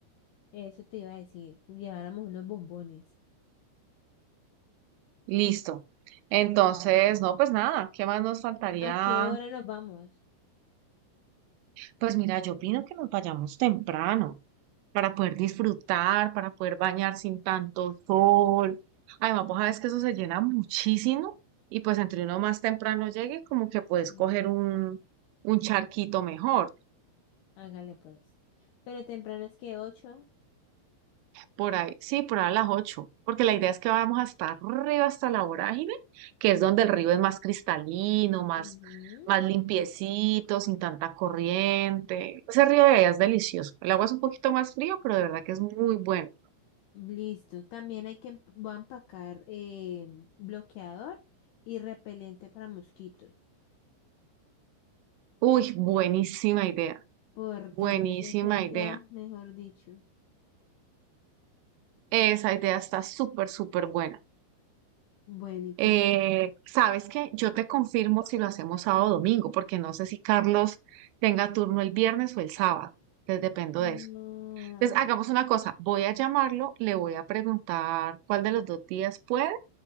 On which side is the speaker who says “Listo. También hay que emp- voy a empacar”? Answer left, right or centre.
Left